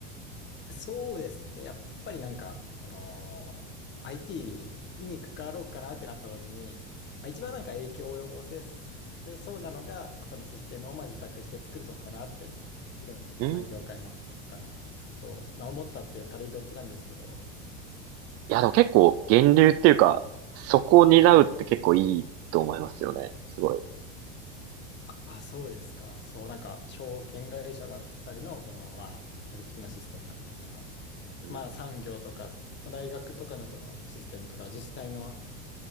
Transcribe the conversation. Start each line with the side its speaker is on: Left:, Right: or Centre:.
Left: そうですね。やっぱりなんか、この IT に関わろうかなってなった時に、まあ、一番なんか影響を及ぼせそうなのが、まあ、そのシステムをまあ受託して作るとこかなって、いろんな業界のとこかな。
Right: うん。
Left: そう、まあ、思ったっていう軽い動機なんですけど、
Right: いや、でも結構源流っていうか、そこを担うって結構いいと思いますよね。すごい。
Left: あ、そうですか。そう、なんか証券会社だったりの、このまあ取引のシステムだったりとか、
Right: うん。
Left: まあ産業とか、まあ大学とかのこのシステムとか、自治体の